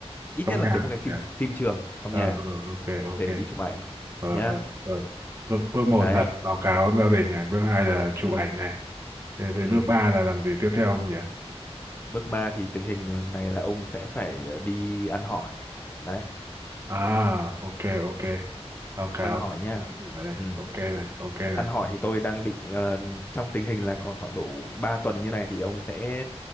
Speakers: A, on the left; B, on the right.
A: ít
B: trong
A: nhất là
B: nhà
A: kiếm một cái phim
B: nhỉ
A: phim trường trong
B: ờ
A: nhà
B: ờ ok ok
A: để đi chụp ảnh
B: ờ
A: nhá
B: ờ ờ bước, bước một
A: đấy
B: là báo cáo gia đình này bước hai là chụp
A: ừ,
B: ảnh này thế
A: ừ.
B: thế bước ba là làm gì tiếp theo không nhỉ
A: bước 3 thì tình hình này là ông sẽ phải ờ, đi ăn hỏi đấy
B: à ok ok báo cáo
A: ăn hỏi nha
B: này
A: ừ.
B: ok này ok này
A: ăn hỏi thì tôi đang định ờ, trong tình hình là còn khoảng độ 3 tuần như này thì ông sẽ